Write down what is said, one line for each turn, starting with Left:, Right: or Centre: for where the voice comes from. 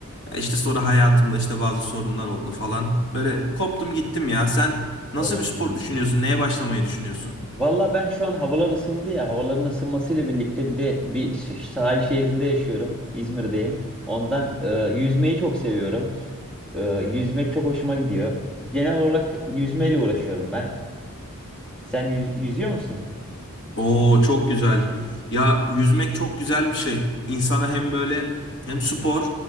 Left: Ya İşte sonra hayatımda işte bazı sorunlar oldu falan. Böyle koptum gittim ya. Sen nasıl
Centre: O
Left: bir spor düşünüyorsun? Neye başlamayı düşünüyorsun?
Centre: Valla ben şu an havalar ısındı ya. Havaların ısınmasıyla birlikte bir de bir ş- sahil şehrinde yaşıyorum. İzmir'deyim. Ondan e, yüzmeyi çok seviyorum. E, yüzmek çok hoşuma gidiyor. Genel olarak yüzmeyle uğraşıyorum ben. Sen yüz- yüzüyor musun?
Left: Oo çok güzel. Ya yüzmek çok güzel bir şey. İnsana hem böyle hem spor